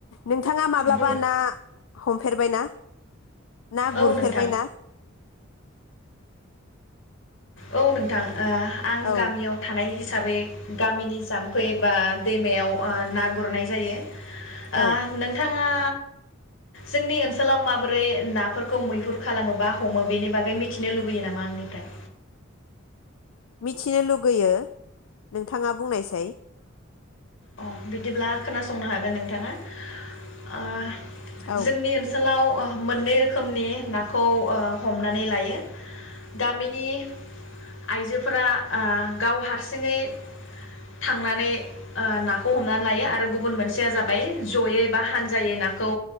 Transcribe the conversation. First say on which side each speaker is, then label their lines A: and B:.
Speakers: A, on the left; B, on the left.
A: नोंथाङा माब्लाबा
B: बुं
A: ना हमफेरबाय ना? ना
B: औ
A: गुरफेरबायना?
B: नोंथां औ नोंथां। ओ आं
A: औ
B: गामियाव थानाय हि साबै गामिनि जाम्फै बा दैमायाव ओ ना गुरनाय जायो । ओ
A: औ
B: नोंथां ओ जोंनि ओनसोलाव माबोरै नाफोरखौ मैहुर खालामो बा हमो बेनि बागै मिथिनो लुबैयो नामा आंनिफ्राय?
A: मिथिनो लुगैयो नोंथाङा बुंनायसाय
B: अ बिदिब्ला खोनासंनो हागोन नोंथाङा आ
A: औ
B: जोंनि ओनसोलाव ओ मोननै रोखोमनि नाखौ ओ हमनानै लायो गामिनि आइजोफोरा ओ गाव हारसिङै थांनानै ओ ना खौ हमनानै लायो आरो गुबुन मोनसेया जाबाय जयै ओ